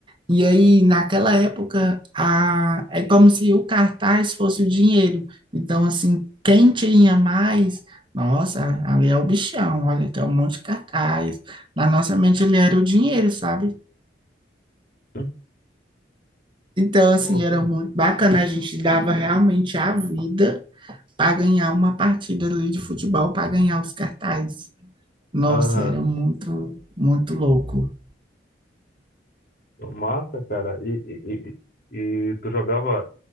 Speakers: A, on the right; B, on the left.
A: E aí, naquela época, a... é como se o cartaz fosse o dinheiro. Então, assim, quem tinha mais, nossa, ali é o bichão, olha, tem um monte de cartaz. Na nossa mente, ele era o dinheiro, sabe?
B: Hum?
A: Então, assim,
B: Pô,
A: era
B: sim.
A: muito bacana, a gente dava realmente a vida para ganhar uma partida ali de futebol, para ganhar os cartazes. Nossa,
B: Aham.
A: era muito, muito louco.
B: Pô, Massa, cara. E, e, e, e tu jogava